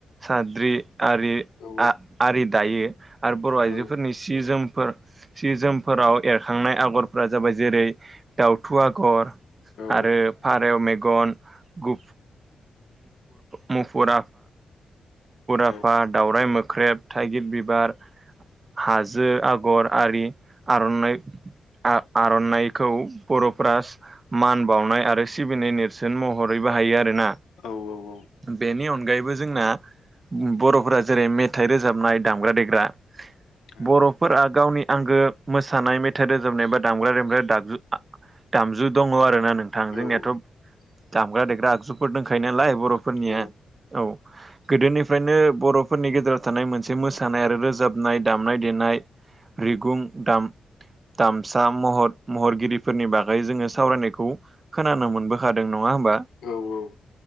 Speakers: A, on the right; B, on the left.
A: साद्रि, आरि
B: औ
A: आ दायो। आरो बर' आइजोफोरनि
B: औ
A: सि जोमफोर जि जोमफोराव एरखांनाय आगरफोरा जाबाय जेरै, दावथु आगर
B: औ
A: आरो फारेव मेगन गु मुफुर
B: औ
A: आफा दाावराय मोख्रेब थाइगिर बिबार हाजो आगर आरि आर'नाइ आर'नाइखौ बर'फ्रा मान बावनाय आरो सिबिनाय नेरसोन महरै बाहायो आरोना
B: औ औ
A: बेनि अनगायैबो जोंना बर'फोरा जेरै मेथाइ रोज रोजाबनाय दामग्रा देग्रा
B: औ
A: बर'फोरा गावनि आंगो मोसानाय मेथाइ रोजाबनाय बा दामग्रा देग्रा दागजु दामजु दङ आरो ना नोंथां
B: औ
A: जोंनाथ'
B: औ
A: दामग्रा देग्रा आगजुफोर दोंखायो नालाय बरफोरनिया
B: औ
A: औ गोदोनिफ्रायनो बर'फोरनि गेजेराव थानाय मोनसे मोसानाय आरो रोजाबनाय दामनाय देनाय रिगुं दाम दामसा महर महरगिरिफोरनि बागै जोङो सावरायनायखौ खोनानो मोनबोखादों। नङा होमबा
B: औ औ,